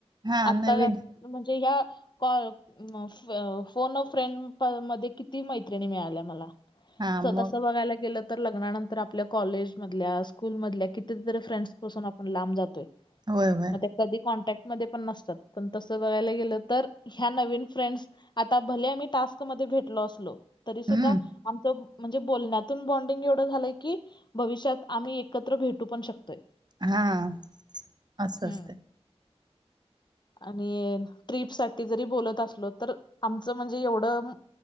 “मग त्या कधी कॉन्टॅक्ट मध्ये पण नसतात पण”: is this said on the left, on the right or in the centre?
Left